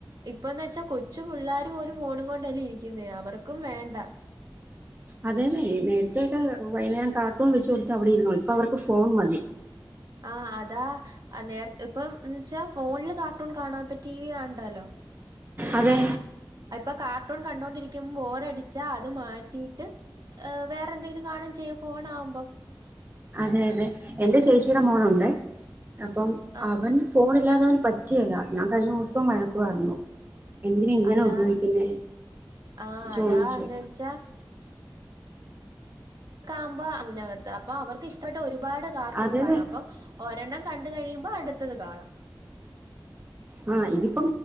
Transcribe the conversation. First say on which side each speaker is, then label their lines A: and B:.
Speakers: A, on the right (about 55°); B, on the right (about 25°).
A: ഇപ്പന്ന്ച്ചാ കൊ ച്ചു പിള്ളാര് പോലും ഫോണും കൊണ്ടല്ലേ ഇരിക്കുന്നേ അവർക്കും വേണ്ട
B: അതേന്നെ നേരത്തെഒക്കെ വൈകുന്നേരം കാർട്ടൂൺ വെച്ച് കൊടുത്താ അവിടെ ഇരുന്നോളും ഇപ്പ അവർക്ക് ഫോൺ മതി
A: ആഹ് അതാ നേർ ഇപ്പ ന്ന്ച്ചാ ഫോണില് കാർട്ടൂൺ കാണാപ്പ ടി വി കാണണ്ടാലോ
B: അതെ
A: അ പ്പോ കാർട്ടൂൺ കണ്ടോണ്ടിരിക്കുമ്പോ ബോറടിച്ചാ അത് മാറ്റിയിട്ട് വേറെ എന്തെങ്കിലും കാണു ചെയ്യും ഫോൺ ആവുമ്പോം
B: അതെ അതെ എന്റെ ചേച്ചിയുടെ മോനുണ്ട് അപ്പം
A: ആഹ്
B: അവൻ ഫോണ്‌ ഇല്ലാതെ അവന് പറ്റിയല്ല ഞാൻ കഴിഞ്ഞ ദിവസം വഴക്കു പറഞ്ഞു എന്തിന ഇങ്ങനെ
A: അതാ
B: ഉപയോഗിക്കുന്നെ
A: ആഹ്
B: ചോദിച്ചു
A: അതാന്ന് വെച്ചാ ആകുമ്പോ അതിനകത്ത് അപ്പൊ അവർക്ക് ഇഷ്ടപ്പെട്ട ഒരു ഒരുപാട് കാർട്ടൂൺ
B: അതെതെ
A: കാണാം അപ്പം ഒരെണ്ണം കണ്ട കഴിയുമ്പോ അടുത്തത് കാണും
B: ആ ഇതിപ്പൊ